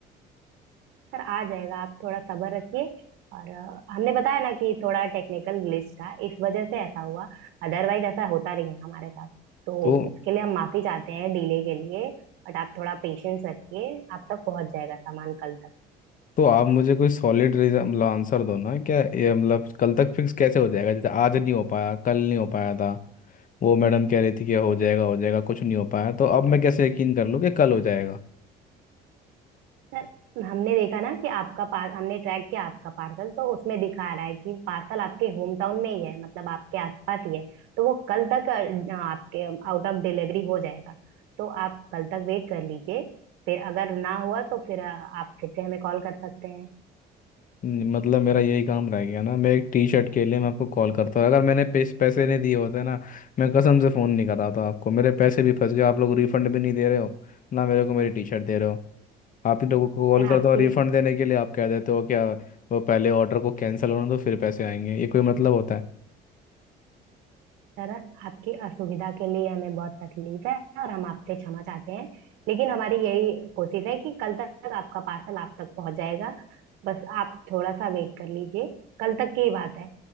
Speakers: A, on the right; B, on the left.
A: सर आ जाएगा आप थोड़ा सब्र रखिए और अ, हमने बताया ना कि थोड़ा टेक्निकल ग्लिच था इस वजह से ऐसा हुआ अदरवाइज ऐसा होता नहीं है हमारे साथ तो
B: तो
A: उसके लिए हम माफी चाहते हैं डिले के लिए बट आप थोड़ा पेशेंस रखिए आप तक पहुंच जाएगा सामान कल तक
B: तो आप मुझे कोई सॉलिड रीजन मतलब आंसर दो ना क्या ये मतलब कल तक फिक्स कैसे हो जाएगा जैसे आज नहीं हो पाया कल नहीं हो पाया था वो मैडम कह रही थी कि हो जाएगा हो जाएगा कुछ नहीं हो पाया तो अब मैं कैसे यकीन कर लूँ कि कल हो जाएगा
A: सर हमने देखा ना कि आपका पार हमने ट्रैक किया आपका पार्सल तो उसमें दिखा रहा है कि पार्सल आपके होम टाउन में ही है मतलब आपके आसपास ही है तो वो कल तक अ, आपके आउट ऑफ डिलीवरी हो जाएगा तो आप कल तक वेट कर लीजिए फिर अगर ना हुआ तो फिर अ, आप फिर से हमें कॉल कर सकते हैं
B: न- मतलब मेरा यही काम रह गया ना मैं एक टी शर्ट के लिए मैं आपको कॉल करता हूँ अगर मैंने पेस, पैसे नहीं दिए होते ना मैं कसम से फ़ोन नहीं कर रहा था आपको मेरे पैसे भी फंस गए आप लोग रिफंड भी नहीं दे रहे हो ना मेरे को मेरी टी शर्ट दे रहे हो आप ही लोगों को कॉल
A: सर आपकी
B: करता हूँ रिफंड देने के लिए आप कह देते हो क्या वो पहले ऑर्डर को कैंसिल होने दो फिर पैसे आएंगे ये कोई मतलब होता है
A: सर आपकी असुविधा के लिए हमें बहुत तकलीफ है और हम आपसे क्षमा चाहते हैं लेकिन हमारी यही कोशिश है कि कल तक आपका पार्सल आप तक पहुंच जाएगा बस आप थोड़ा सा वेट कर लीजिए कल तक की बात है